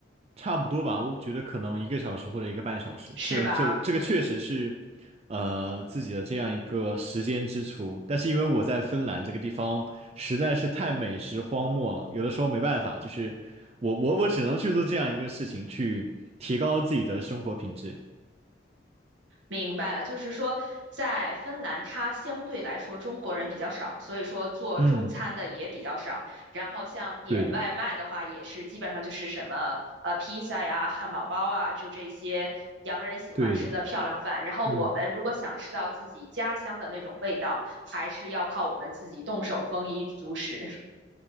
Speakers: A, on the right; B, on the right.
A: 差不多吧，我觉得可能一个小时或者一个半小时，
B: 是吧？
A: 这个这个这个确实是，
B: 嗯，
A: 呃，自己的这样一个时间支出。但是因为我在芬兰这个地方实在是太美食荒漠了，有的时候没办法，就是我我我只能去做这样一个事情，去提高自己的生活品质。
B: 明白了，就是说在芬兰，它相对来说中国人比较少，所以说做中餐的也比较少。
A: 嗯，
B: 然后像点外卖的话，
A: 对的，
B: 也是基本上就是什么呃披萨呀、汉堡包啊，就这些洋人喜欢吃的漂亮饭。
A: 对的，
B: 然后我们如果想吃到自己家乡的那种味道，
A: 嗯。
B: 还是要靠我们自己动手丰衣足食。